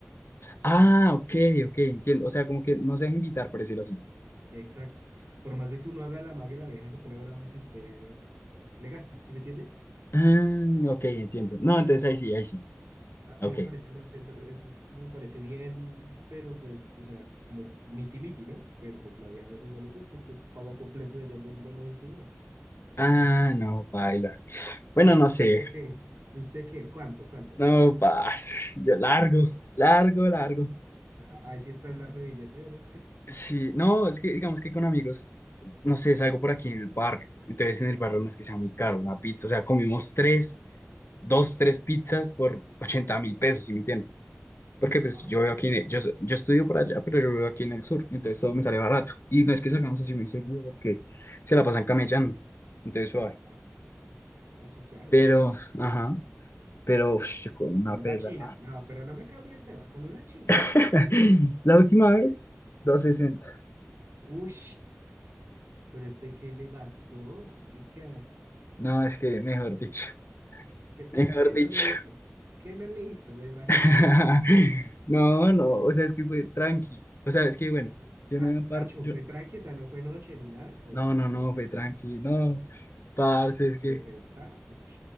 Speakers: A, on the left (about 65°); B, on the right (about 75°).
A: ah, ok, ok, entiendo. O sea, como que no se deja invitar, por decirlo así.
B: Exacto. Por más de que uno haga la mague, la vieja se pone brava si usted le gasta, ¿sí me entiende?
A: Ah, ok, entiendo. No,
B: O sea,
A: entonces
B: a,
A: ahí sí, ahí sí.
B: a-
A: Ok.
B: a mí me parece, no sé, no- eso es- me parece bien, pero pues, o sea, como miti miti, ¿no? Pero pues la vieja a veces no le gusta, entonces paga completo ella, buen, bueno, y señor.
A: Ah, no, paila. Bueno, no sé.
B: ¿Y usted qué? ¿Y usted qué? ¿Cuánto? ¿Cuánto?
A: No, pa, <laughs> <sighs> yo largo, largo, largo.
B: Ah, Ahí sí está el largo de billete, bro.
A: Sí, no, es que digamos que con amigos, no sé, salgo por aquí en el barrio. Entonces en el barrio no es que sea muy caro una pizza. O sea, comimos tres, dos, tres pizzas por ochenta mil pesos, ¿sí me entiendes? Porque pues
B: Ah,
A: yo
B: ok.
A: veo aquí, en el- yo, so- yo estudio por allá, pero yo vivo aquí en el sur, entonces todo me sale barato. Y no es que salgamos así muy seguido porque se la pasan camellando, entonces suave.
B: Ah, no, sí, claro,
A: Pero,
B: obvio.
A: ajá, pero uf, yo con una
B: Con
A: pela.
B: una china, no, pero no me cambie el tema, con una china.
A: <laughs> La última vez, doscientos sesenta
B: Uy, pero este, ¿qué le gastó, marica?
A: No, es que mejor dicho,
B: ¿Qué,
A: mejor
B: qué, qué
A: dicho.
B: no le hizo? ¿Qué no le hizo, me imagino?
A: <laughs> No, no, o sea, es que fue tranqui. O sea, es que bueno, yo
B: Ah,
A: no me par,
B: Tacho,
A: yo,
B: fue tranqui, o sea, no fue noche ni nada. Uy,
A: no,
B: ¿cómo?
A: no, no, fue tranqui, no, parce,
B: Como, uy, no,
A: es
B: sesenta
A: que,
B: Uy,